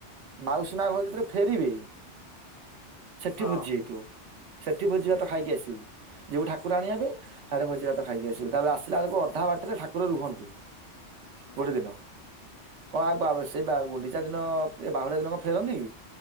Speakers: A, on the right; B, on the left.
A: ମାଉସୀ ମା ଘରୁ ଯେଥେ ଫେରିବେ ସେଠି
B: ହଁ
A: ଭୋଜି ହେଇଥିବ। ସେଠି ଭୋଜି
B: ହଁ
A: ଭାତ ଖାଇକି ଆସିବୁ। ଯିବୁ ଠାକୁର ଆଣିବା ପାଇଁ ହାଡେ ଭୋଜି ଭାତ ଖାଇକି ଆସିବୁ ତାପରେ ଆସିଲା ବେଳକୁ ଅଧା ବା ଟରେ ଠାକୁର ରୁହନ୍ତି।
B: ହୁଁ
A: ଗୋଡେ ଦିନ କଁ
B: ହୁଁ
A: ପାବ ସେ ବା ଗୁଡି ଚା ଦିନ ଏ ବାହୁଡ଼ା ଦିନକ ଫେରନ୍ତି କି?